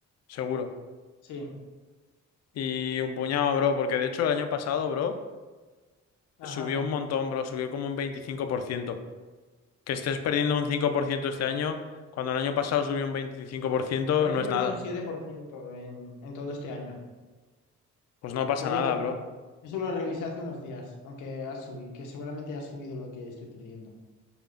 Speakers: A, on the left; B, on the left.
A: seguro.
B: sí.
A: Y un puñado, bro, porque de hecho el año pasado, bro,
B: Ajá.
A: subió un montón, bro, subió como un 25%. Que estés perdiendo un 5% este año, cuando el año pasado subió un 25%,
B: Creo
A: no
B: que
A: es
B: perdí
A: nada.
B: un 7% en, en todo este año.
A: Pues no pasa
B: Puede
A: nada,
B: que más.
A: bro.
B: Eso lo revisé hace unos días, aunque ha subido, que seguramente ha subido lo que estoy perdiendo.